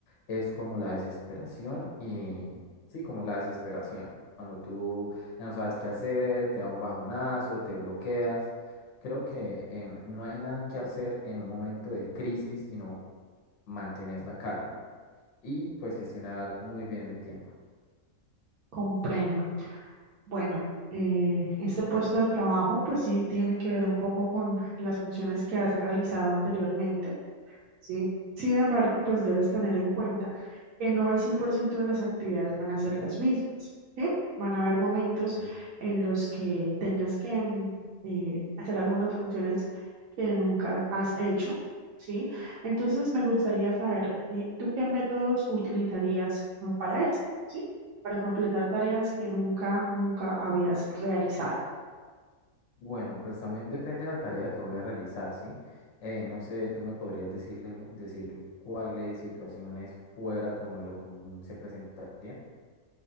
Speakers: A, on the left; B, on the right.
A: es como la desesperación y sí, como la desesperación. Cuando tú ya no sabes qué hacer, te da un bajonazo, te bloqueas. Creo que eh, no hay nada que hacer en un momento de crisis, sino mantener la calma. y pues gestionar muy bien el tiempo.
B: Comprendo. Bueno, eh, este puesto de trabajo pues sí tiene que ver un poco con las funciones que has realizado anteriormente. ¿sí? Sin embargo, pues debes tener en cuenta que no el 100% de las actividades van a ser las mismas, ¿sí? Van a haber momentos
A: Ok.
B: en los que tengas que mm, eh, hacer algunas funciones que nunca has hecho, ¿sí? Entonces, me gustaría saber, eh, ¿tú qué métodos utilizarías ah, para esto, ¿sí? Para completar tareas que nunca, nunca habías realizado.
A: Bueno, pues también depende de la tarea que voy a realizar, ¿sí? Eh, no sé, tú me podrías decirle, decir cuáles situaciones fuera como de lo común se presentarían